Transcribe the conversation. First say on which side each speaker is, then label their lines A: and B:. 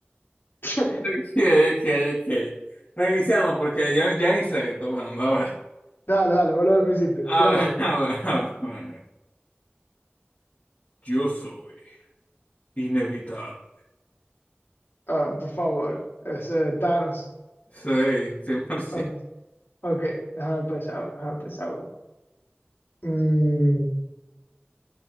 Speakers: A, on the left (about 65°); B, on the left (about 40°).
A: <laughs>
B: Ok, ok, ok. Reiniciamos porque ya, ya ni sé qué está pasando.
A: Dale, dale, vuelvo al principio. Tírame
B: A ver,
A: uno.
B: a ver, a ver, a ver. Yo soy inevitable.
A: Ah, por favor, ese Thanos.
B: Sí, 100%.
A: O- Ok, déjame pensar uno, déjame pensar uno. Mm,